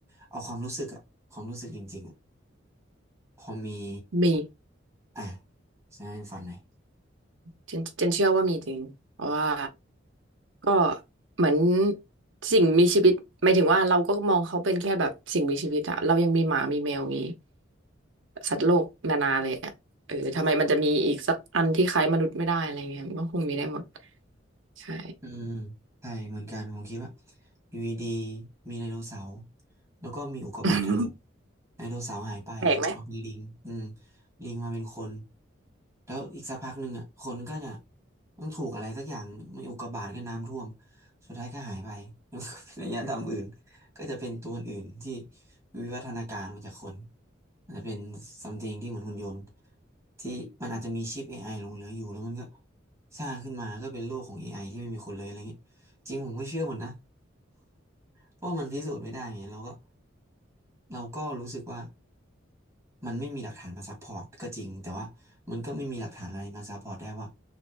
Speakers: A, on the right; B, on the right.
A: เอาความรู้สึกอะความรู้สึกจริงๆอะพอมี
B: มี
A: อ่ะใช่ฟันหน่อย
B: เจนเจนเชื่อว่ามีจริงเพราะว่า ก็เหมือนสิ่งมีชีวิตหมายถึงว่าเราก็มองเขาเป็นแค่แบบสิ่งมีชีวิตอะเรายังมีหมามีแมวมีสัตว์โลกนานาเลยอะเออทำไมมันจะมีอีกสักอันที่คล้ายมนุษย์ไม่ได้อะไรเงี้ยมันก็คงมีได้หมดใช่
A: อืมใช่เหมือนกันผมคิดว่าอยู่ดีๆมีไดโนเสาร์แล้วก็มีอุกกาบาตถล่ม
B: <laughs>
A: ไดโนเสาร์หายไปมาเป็นลิงอืม
B: แปลกไหม
A: ลิงมาเป็นคนแล้วอีกสักพักหนึ่งอ่ะคนก็จะต้องถูกอะไรสักอย่างไม่อุกกาบาตก็น้ำท่วมสุดท้ายก็หายไป <laughs> แล้วก็เป็นอารยธรรมอื่นก็จะเป็นตัวอื่นที่ วิวัฒนาการมาจากคนอาจจะเป็นซัมติงที่เหมือนหุ่นยนต์ที่มันอาจจะมีชิป AI หลงเหลืออยู่แล้วมันก็สร้างขึ้นมาก็เป็นโลกของ AI ที่ไม่มีคนเลยอะไรอย่างนี้จริงผมก็เชื่อหมดนะ <laughs> เพราะว่าเพราะว่ามันพิสูจน์ไม่ได้ไงเราก็เราก็รู้สึกว่ามันไม่มีหลักฐานมาซัพพอร์ตก็จริงแต่ว่ามันก็ไม่มีหลักฐานอะไรมาซัพพอร์ตได้ว่า